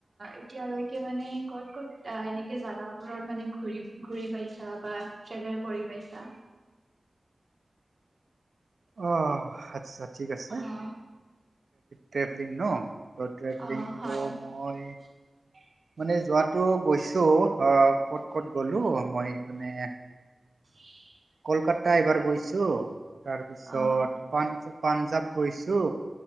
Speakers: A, on the right (about 45°); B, on the right (about 70°).
A: এতিয়ালৈকে মানে কত-কত এনেকে জেগাত দূৰত মানে ঘুৰি পাইছা বা ট্ৰেভেল কৰি পাইছা?
B: অ আচ্ছা ঠিক আছে।
A: অ',
B: টেভেলিং ন? ট্ৰেভেলিংটো
A: অ', হয়,
B: মই
A: <inaudible>
B: মানে যোৱাাতটো গৈছো অ ক'ত ক'ত গলো মই এপনে
A: <inaudible>
B: কলকাতা এইবাৰ গৈছোঁ তাৰপিছতাঞ
A: অ',
B: পাঞ্জাৱ গৈছোঁ।